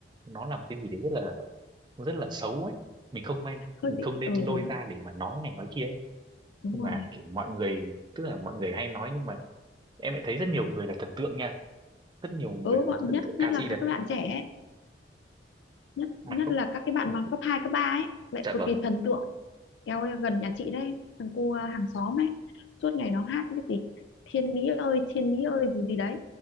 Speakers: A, on the right; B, on the left.
A: nó làm cái gì đấy rất là rất là xấu ấy mình không may
B: hơi
A: mình
B: bị
A: không nên
B: ừ
A: lôi
B: đúng
A: ra để mà nói này nói kia ấy.
B: đúng
A: nhưng
B: rồi
A: mà kiểu mọi người tức là mọi người hay nói nhưng mà em lại thấy rất nhiều người là thần tượng nha rất nhiều người
B: ừ
A: là
B: bọn
A: thần
B: nhất
A: tượng
B: nhất
A: ca
B: là
A: sĩ
B: các
A: đấy
B: các bạn trẻ ấy. nhất
A: mà
B: nhất
A: không
B: là các cái bạn bằng cấp 2 cấp 3 ấy lại
A: dạ
B: cực
A: vâng
B: kỳ thần tượng eo ơi, gần nhà chị đấy thằng cu à, hàng xóm ấy suốt ngày nó hát cái gì thiên lý ơi thiên lý ơi gì gì đấy